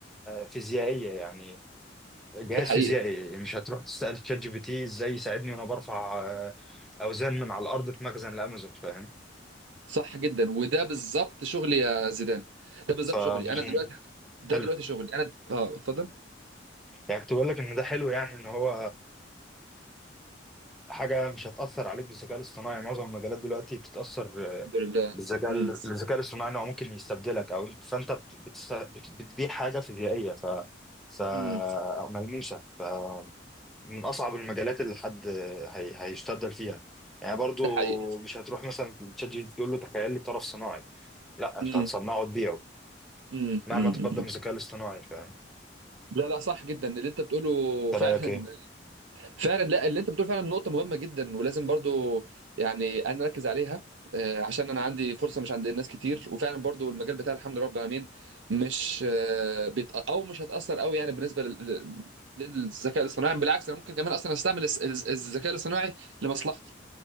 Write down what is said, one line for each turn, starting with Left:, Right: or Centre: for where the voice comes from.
Centre: فيزيائية يعني جهاز
Right: ده حقيقي
Centre: فيزيائي مش هتروح تسأل تشات جي بي تي إزاي يساعدني وأنا برفع آه، أوزان من على الأرض في مخزن الأمازون فاهم؟
Right: صح جدا وده بالظبط شغلي يا زيدان ده بالظبط
Centre: ف
Right: شغلي انا دلوقتي ده
Centre: حلو
Right: دلوقتي شغلي انا د- اه اتفضل
Centre: يعني كنت بقول لك ان ده حلو يعني ان هو حاجه مش هتاثر عليك بالذكاء الاصطناعي معظم المجالات دلوقتي بتتاثر آه،
Right: الحمد لله
Centre: بالذكاء
Right: امم
Centre: ال- الذكاء الاصطناعي إن هو ممكن يستبدلك او أنت- فانت بت- بتست... بت- بتبيع حاجه فيزيائيه ف ف أو
Right: امم
Centre: ملموسه ف من اصعب المجالات اللي حد هي... هيستبدل فيها يعني برضو
Right: ده حقيقي
Centre: مش هتروح مثلا تشات جي بي تي تقول له تخيل لي طرف صناعي لا انت
Right: امم
Centre: هتصنعه وتبيعه
Right: امم
Centre: مهما
Right: امم
Centre: تقدم الذكاء الاصطناعي فاهم
Right: لا لا صح جدا اللي انت بتقوله
Centre: انت
Right: فعلا
Centre: رايك ايه؟
Right: فعلا لا اللي انت بتقول فعلا نقطة مهمة جدا ولازم برضو يعني انا اركز عليها آه، عشان انا عندي فرصة مش عند ناس كتير وفعلا برضو المجال بتاع الحمد لله رب العالمين مش آه، بيت او مش هتأثر قوي يعني بالنسبة لل- للذكاء الاصطناعي بالعكس انا ممكن كمان اصلا استعمل الس- الس- الذكاء الاصطناعي لمصلحتي